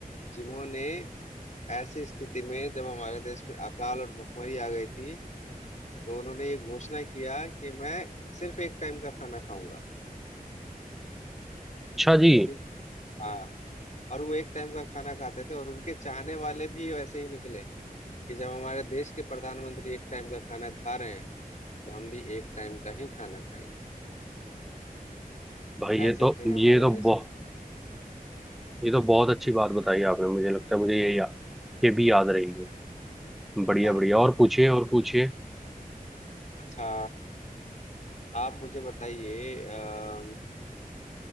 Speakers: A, on the left; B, in the centre.
A: जिन्होंने ऐसी स्थिति में जब हमारे देश में अकाल और भुखमरी आ गई थी तो उन्होंने ये घोषणा किया कि मैं सिर्फ एक टाइम का खाना खाऊंगा
B: अच्छा जी
A: ठीक है हाँ और वो एक टाइम का खाना खाते थे और उनके चाहने वाले भी वैसे ही निकले कि जब हमारे देश के प्रधानमंत्री एक टाइम का खाना खा रहे हैं तो हम भी एक टाइम का ही खाना खाएंगे <laughs>
B: भाई
A: ऐसे
B: ये तो
A: थे हमारे
B: ये तो बहुत
A: देश के
B: ये तो बहुत अच्छी बात बताई आपने मुझे लगता है मुझे ये या, ये भी याद रहेगी बढ़िया
A: हाँ
B: बढ़िया
A: जी
B: और पूछिए और पूछिए
A: अच्छा आप मुझे बताइए अम,